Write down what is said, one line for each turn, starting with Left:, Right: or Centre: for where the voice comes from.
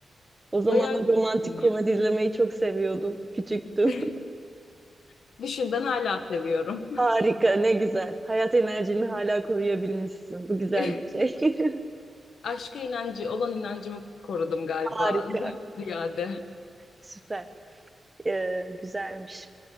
Right: O zamanlar
Left: Bayağı
Right: romantik
Left: güzel
Right: komedi
Left: bir film
Right: izlemeyi çok seviyordum. Küçüktüm.
Left: ya. <laughs> Düşün ben hala seviyorum.
Right: <laughs> Harika, ne güzel. Hayat enerjini hala koruyabilmişsin. Bu güzel
Left: <laughs>
Right: bir şey.
Left: Aşka inancı olan inancımı korudum galiba
Right: <laughs> Harika,
Left: <laughs> ziyade.
Right: süper. Ee, güzelmiş.